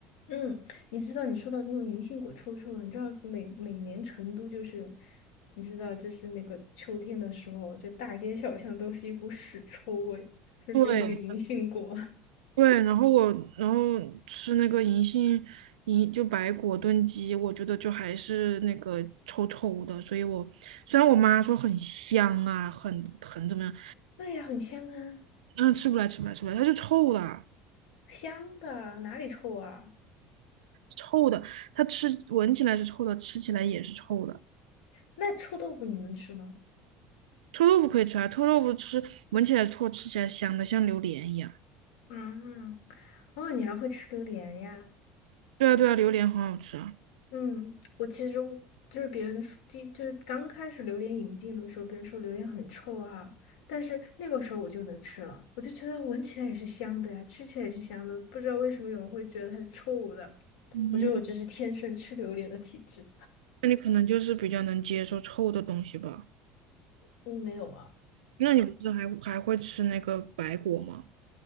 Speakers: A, on the left (about 70°); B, on the right (about 80°).
A: 嗯，你知道你说到那种银杏果臭臭的，你知道每每年成都就是，你知道就是那个秋天的时候，这大街小巷都是一股屎臭味，就是那个银杏果。
B: 对对，然后我然后吃那个银杏银就白果炖鸡，我觉得就还是那个臭臭的，所以我虽然我妈说很香啊，很很怎么样，
A: <laughs> 对呀，很香啊，
B: 嗯，吃不来吃不来吃不来，它是臭的，
A: 香的，哪里臭啊？
B: 臭的，它吃闻起来是臭的，吃起来也是臭的。
A: 那臭豆腐你能吃吗？
B: 臭豆腐可以吃啊，臭豆腐吃闻起来臭，吃起来香的，像榴莲一样。
A: 嗯，哦，你还会吃榴莲呀？
B: 对啊对啊，榴莲很好吃啊。
A: 嗯，我其实就是别人说，就就是刚开始榴莲引进的时候，别人说榴莲很臭啊，但是那个时候我就能吃了，我就觉得闻起来也是香的呀，吃起来也是香的，不知道为什么有人会觉得它是臭的。
B: 嗯，
A: 我觉得我这是天生吃榴莲的体质。
B: 那你可能就是比较能接受臭的东西吧？
A: 我没有啊，
B: 那你不是还还会吃那个白果吗？